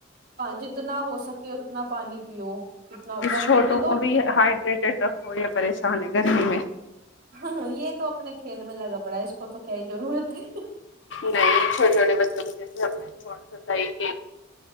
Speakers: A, on the right (about 55°); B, on the left (about 75°).
A: جتنا ہو سکے اتنا پانی پیو اتنا
B: اس
A: گرمی
B: چھوٹوں
A: میں تو
B: کو بھی ہائڈریٹیڈ رکھو یہ پریشان ہے گرمی میں
A: ہاں ہاں یہ تو اپنے کھیل میں لگا پڑا ہے اس کو تو کیا ہی ضرورت ہے
B: نہیںائ چھوٹیے چھوٹیے بچوں کو دس ہ تھوڑا سد ایک